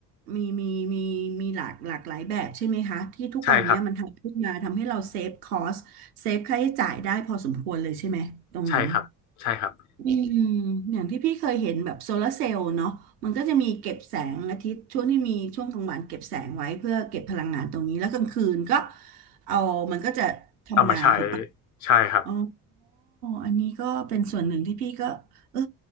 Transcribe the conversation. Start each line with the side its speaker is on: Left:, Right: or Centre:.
Right: มีมีมีมีหลากหลากหลายแบบใช่ไหมคะที่ทุกวันเนี้ยมันทำขึ้นมาทำให้เราเซฟคอสเซฟค่าใช้จ่ายได้พอสมควรเลยใช่ไหมตรงนั้น
Left: ใช่ครับใช่ครับ ใช่ครับ
Right: อืมอย่างที่พี่เคยเห็นแบบโซลาร์เซลล์เนาะมันก็จะมีเก็บแสงอาทิตย์ช่วงที่มีช่วงกลางวันเก็บแสงไว้เพื่อเก็บพลังงานตรงนี้แล้วกลางคืนก็เอามันก็จะทำงานถูก
Left: เอามาใช้ใช่ครับ
Right: อ๋ออันนี้ก็เป็นส่วนหนึ่งที่พี่ก็เออ